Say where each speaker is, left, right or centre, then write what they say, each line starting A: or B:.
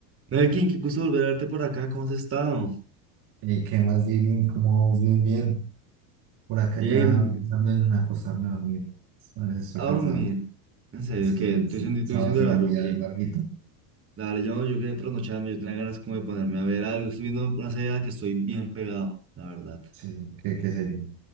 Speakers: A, on the right; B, on the right.
A: Melkin, qué gusto volver a verte por acá, ¿cómo has estado?
B: ¿Y qué más, Dieguín? ¿Cómo vamos? Bien, bien. Por acá
A: Bien,
B: ya pensando en acostarme a dormir. A veces estoy
A: a
B: cansado.
A: dormir. En serio,
B: Sí,
A: ¿qué?
B: sí,
A: ¿Tú
B: estoy
A: diciendo,
B: cansado
A: tú diciendo
B: así
A: largo,
B: un día
A: ¿qué?
B: larguito.
A: Dale, yo, yo quería trasnocharme, yo tenía ganas como de ponerme a ver algo. Estoy viendo una serie a la que estoy bien pegado, la verdad.
B: Sí, sí. ¿Qué, qué sería?